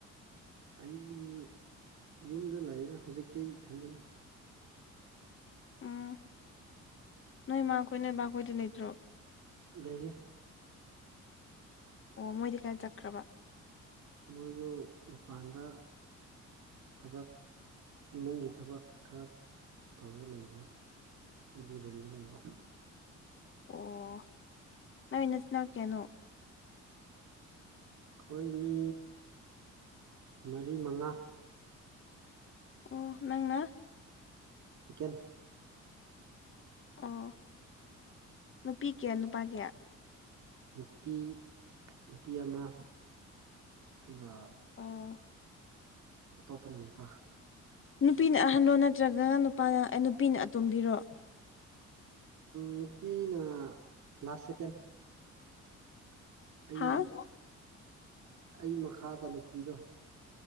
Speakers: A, on the right; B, on the left.
A: ꯑꯩ ꯌꯨꯝꯗ ꯂꯩꯌꯦꯗ ꯍꯧꯖꯤꯛꯇꯤ ꯏꯊꯟꯗꯅꯤ
B: ꯎꯝ ꯅꯣꯏ ꯃꯥ ꯑꯩꯈꯣꯏ ꯅꯣꯏ ꯏꯕꯕꯥ ꯑꯩꯈꯣꯏꯗꯤ ꯂꯩꯇ꯭ꯔꯣ
A: ꯂꯩ
B: ꯑꯣ ꯃꯣꯏꯗꯤ ꯀꯥꯏ ꯆꯠꯈ꯭ꯔꯕ
A: ꯃꯣꯏꯗꯨ ꯃꯄꯥꯟꯗ ꯊꯕꯛ ꯏꯃꯨꯡꯒꯤ ꯊꯕꯛ ꯈꯔ ꯇꯧꯔꯒ ꯂꯩꯕꯅꯤ ꯍꯥꯏꯗꯤ ꯔꯨꯝꯗ ꯂꯩꯕ
B: ꯑꯣ ꯅꯣꯏ ꯅ ꯆꯅꯥꯛ ꯀꯦꯅꯣ
A: ꯑꯩꯈꯣꯏ ꯃꯤ ꯃꯔꯤ ꯃꯉꯥ
B: ꯑꯣ ꯅꯪꯅ
A: ꯆꯀꯦꯟ
B: ꯑꯣ ꯅꯨꯄꯤ ꯀꯌꯥ ꯅꯨꯄꯥ ꯀꯌꯥ
A: ꯅꯨꯄꯤ ꯅꯨꯄꯤ ꯑꯃ ꯑꯗꯨꯒ
B: ꯑꯣ
A: ꯑꯇꯣꯞꯄꯅ ꯅꯨꯄꯥ
B: ꯅꯨꯄꯤꯅ ꯑꯍꯜꯂꯣ ꯅꯠꯇ꯭ꯔꯒ ꯅꯨꯄꯥꯅ ꯅꯨꯄꯤꯅ ꯑꯇꯣꯝꯕꯤꯔꯣ
A: ꯅꯨꯄꯤꯅ ꯂꯥꯁ ꯁꯦꯀꯦꯟ ꯑꯩ
B: ꯍꯥ
A: ꯑꯩ ꯃꯈꯥꯗ ꯅꯨꯄꯤꯗꯣ